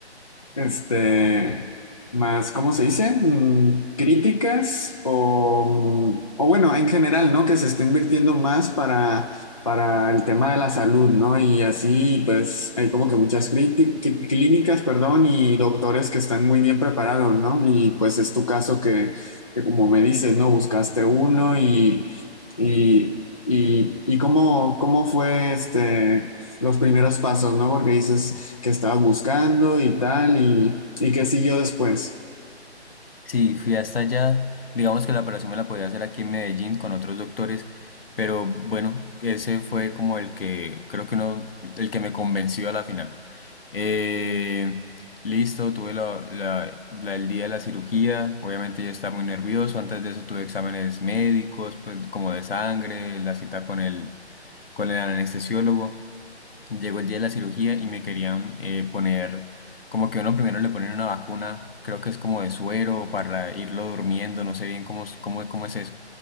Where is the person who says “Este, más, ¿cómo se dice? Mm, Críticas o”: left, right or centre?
Left